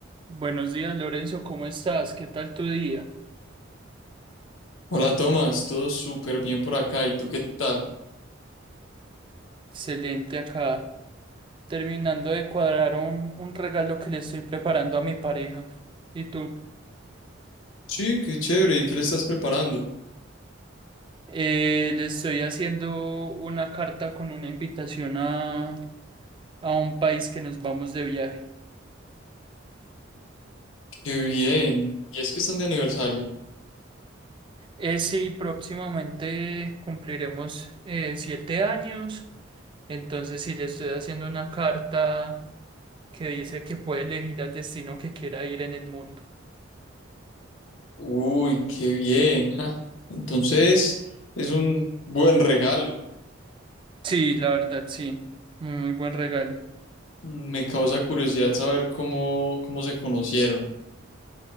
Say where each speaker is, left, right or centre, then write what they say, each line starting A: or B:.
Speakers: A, on the right; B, on the left.
A: Buenos días, Lorenzo, ¿cómo estás? ¿Qué tal tu día?
B: Hola Tomás, todo súper bien por acá. ¿Y tú qué tal?
A: Excelente acá, terminando de cuadrar un, un regalo que le estoy preparando a mi pareja. ¿Y tú?
B: Sí, qué chévere. ¿Y qué le estás preparando?
A: Eh, le estoy haciendo una carta con una invitación a, a un país que nos vamos de viaje.
B: Qué bien. Y es que están de aniversario.
A: Eh, sí, próximamente cumpliremos eh, siete años, entonces sí le estoy haciendo una carta que dice que puede elegir al destino que quiera ir en el mundo.
B: Uy, qué bien. ja. Entonces, es un buen regalo.
A: Sí, la verdad, sí. Muy muy buen regalo.
B: Me causa curiosidad saber cómo, cómo se conocieron.